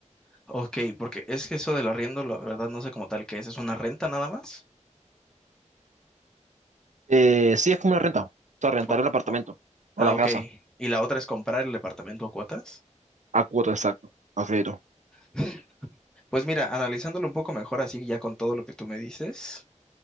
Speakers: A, in the centre; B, on the right.
A: Ok, porque es que eso del arriendo, la verdad no sé como tal qué es, ¿es una renta nada más?
B: Eh, sí, es como una renta. O sea, rentar
A: O-
B: el apartamento
A: o-
B: o
A: ah,
B: la
A: ok.
B: casa
A: ¿Y la otra es comprar el departamento a cuotas?
B: a cuota, exacto, a crédito.
A: <laughs> Pues mira, analizándolo un poco mejor así ya con todo lo que tú me dices.